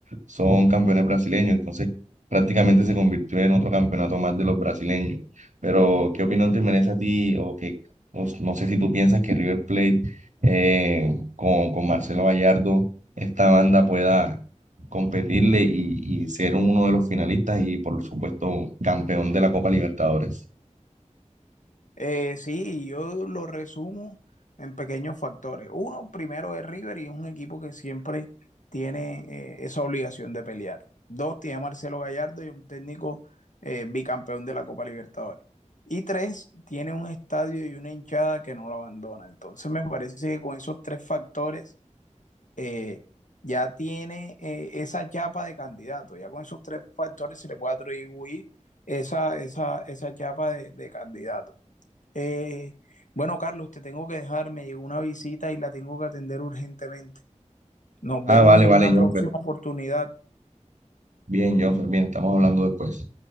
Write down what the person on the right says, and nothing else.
son campeones brasileños, entonces prácticamente se convirtió en otro campeonato más de los brasileños. Pero, ¿qué opinión te merece a ti? O que, o s- no sé si tú piensas que River Plate eh, con, con Marcelo Gallardo, esta banda pueda competirle y, y ser uno de los finalistas y, por supuesto, campeón de la Copa Libertadores.
Ah,
vale,
vale,
Jonfer.
Bien, Jonfer, bien, estamos hablando después.